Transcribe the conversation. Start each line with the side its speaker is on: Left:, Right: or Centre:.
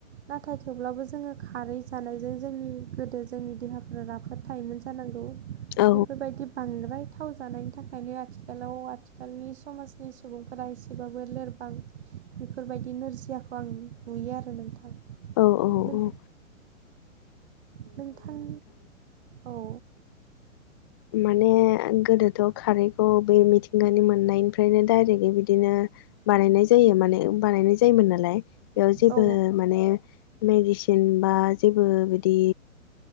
Right: नाथाय थेवब्लाबो जों जोङो खारै जानायजों जोंनि गोदो जोंनि देहाफ्रा राफोद थायोमोन जानांगौ
Left: औ
Right: बेफोरबायदि बांद्राय थाव जानायनि थाखायनो आथिखालाव आथिखालनि समाजनि सुबुंफोरा एसेबाबो लोरबां बेफोरबायदि नोरजियाखौ आं नुयो आरो नोंथां। नों
Left: औ औ औ
Right: नोंथां औ
Left: माने गोदोथ' खारैखौ बै मिथिंगानि मोननायनिफ्रायनो डायरेक्ट बिदिनो बानायनाय जायो माने बानायनाय जायोमोन नालाय बेयाव जेबो
Right: औ
Left: माने मेडिसिन बा जेबो बिदि